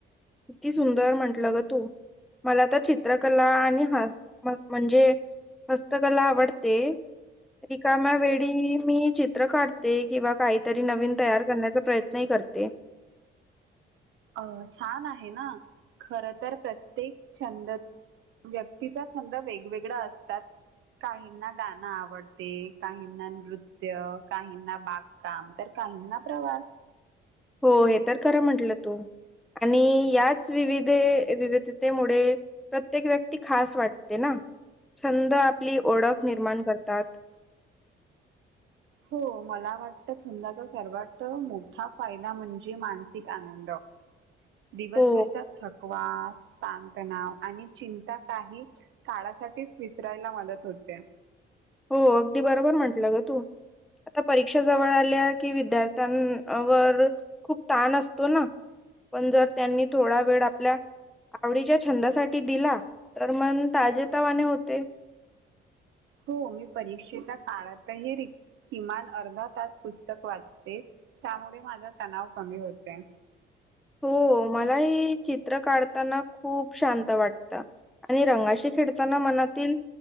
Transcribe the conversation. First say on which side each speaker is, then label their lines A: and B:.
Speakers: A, in the centre; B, on the right.
A: किती सुंदर म्हटलं ग तू मला तर चित्रकला आणि ह म्हणजे हस्तकला आवडते रिकाम्या वेळी मी चित्र काढते किंवा काहीतरी नवीन तयार करण्याचा प्रयत्न नाही करते
B: अ छान आहे ना खर तर प्रत्येक छंद व्यक्तीचा छंद वेगवेगळा असतात काहींना गाणं आवडते काहींना नृत्य काहींना बाग काम तर काही ना प्रवास
A: हो हे तर खरं म्हंटलं तू आणि याच विविध विविध प्रत्येक व्यक् ती खास वाटते ना छंद आपली ओळख निर्माण करतात <inaudible>
B: हो मला वाटतं छंदाचा सर्वात मोठा फायदा म्हणजे मानसिक आनंद दिवसभरचा
A: हो
B: थकवा तांतणाव आणि चिंता काही काळासाठीच विसरायला मदत होते
A: हो अगदी बरोबर म्हंटलं ग तू आता परीक्षा जवळ आल्या कि विद्यार्थ्यांवर खूप ताण असतो ना पण जर त्यांनी थोडा वेळ आपल्या आवडीच्या छंदासाठी दिला तर मन ताजे तवाने होते
B: हो मी परीक्षेच्या काळातही रिक किमान अर्धा तास पुस्तक वाचते त्यामुळे माझा तणाव कमी होते
A: हो मला हे चित्र काढताना खूप शांत वाटत आणि रंगाशी खेळताना मनातील